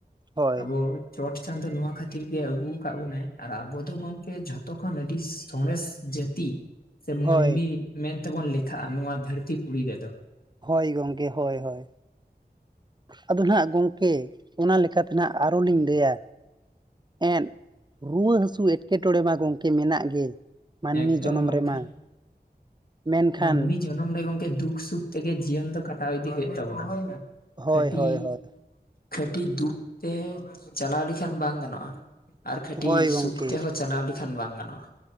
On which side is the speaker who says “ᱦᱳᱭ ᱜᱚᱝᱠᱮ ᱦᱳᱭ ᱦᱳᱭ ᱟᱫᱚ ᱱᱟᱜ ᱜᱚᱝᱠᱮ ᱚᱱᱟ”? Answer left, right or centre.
Right